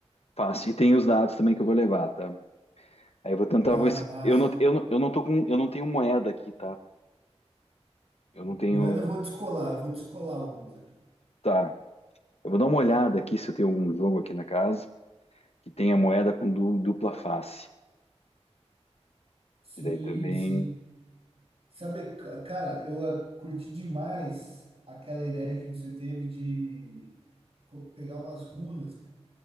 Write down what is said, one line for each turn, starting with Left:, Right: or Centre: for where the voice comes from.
Left: Faço. E tem os dados também que eu vou levar, tá? Aí eu vou tentar
Right: tá,
Left: vou se.
Right: massa.
Left: Eu não, eu não, eu não tô com. Eu não tenho moeda aqui, tá? Eu não tenho.
Right: Moeda eu vou descolar, eu vou descolar umas aqui,
Left: Tá. Eu vou dar uma
Right: tá?
Left: olhada aqui se eu tenho um jogo aqui na casa que tenha moeda com du- dupla face.
Right: Sim,
Left: Que daí também.
Right: sim. Sabe, ca- cara, eu ah, curti demais aquela ideia que você teve de co- pegar umas runas,